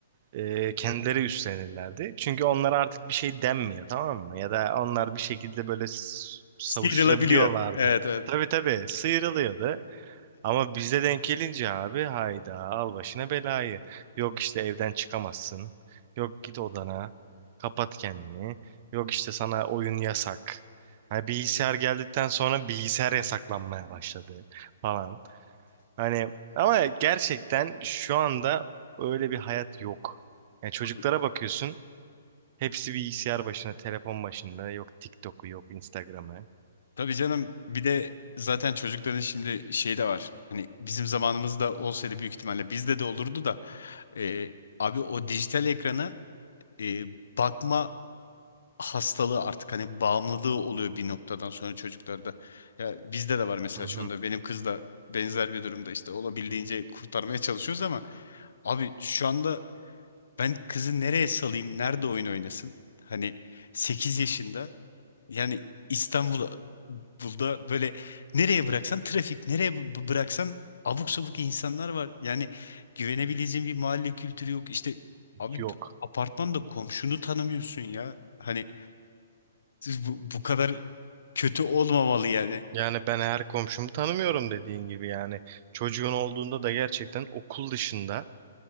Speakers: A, on the right; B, on the left.
A: eee, kendileri üstlenirlerdi. Çünkü onlara artık bir şey denmiyor tamam mı? Ya da onlar bir şekilde böyle s- savuşturabiliyorlardı.
B: sıyrılabiliyor. Evet, evet.
A: Tabii tabii sıyrılıyordu. Ama bize denk gelince abi hayda al başına belayı. Yok işte evden çıkamazsın. Yok git odana. Kapat kendini. Yok işte sana oyun yasak. Hani bilgisayar geldikten sonra bilgisayar yasaklanmaya başladı falan. Hani ama gerçekten şu anda öyle bir hayat yok. Yani çocuklara
B: Tabii
A: bakıyorsun. Hepsi bilgisayar başında, telefon başında. Yok TikTok'u, yok Instagram'ı.
B: Tabii canım bir de zaten çocukların şimdi şey de var. Hani bizim zamanımızda olsaydı büyük ihtimalle bizde de olurdu da e, abi o dijital ekrana e, bakma hastalığı artık hani bağımlılığı oluyor bir noktadan sonra çocuklarda. Ya bizde de var mesela
A: Hı hı.
B: şu anda benim kız da benzer bir durumda işte olabildiğince kurtarmaya çalışıyoruz ama abi şu anda ben kızı nereye salayım, nerede oyun oynasın? Hani 8 yaşında yani İstanbul'da Bulda böyle nereye bıraksan trafik, nereye b- bıraksan abuk sabuk insanlar var. Yani güvenebileceğin bir mahalle kültürü yok. İşte abi
A: Yok.
B: apartmanda komşunu tanımıyorsun ya. Hani siz bu, bu kadar kötü olmamalı yani.
A: Yani ben her komşumu tanımıyorum dediğin gibi yani. Çocuğun olduğunda da gerçekten okul dışında